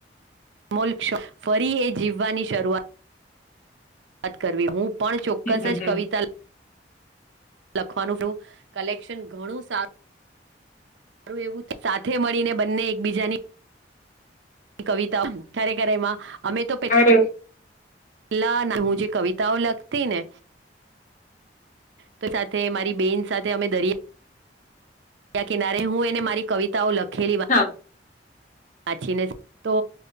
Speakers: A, on the right; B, on the left.
A: અમોલ ફરી એ જીવવાની શરૂઆતઆત કરવી હું પણ ચોક્કસ
B: હમ હમ
A: જ
B: હમ
A: કવિતા લખવાનું શું કલેક્શન ઘણું સારું મારું એવું સાથે મળીને બંને એકબીજાની કવિતા ક્યારે ક્યારે એમાં અમે તો પેલા
B: અરે
A: હું જે કવિતાઓ લખતી ને તો સાથે મારી બેન સાથે અમે દરિયા દરિયા કિનારે હું મારી કવિતાઓ લખેલી વાચીને
B: હા
A: તો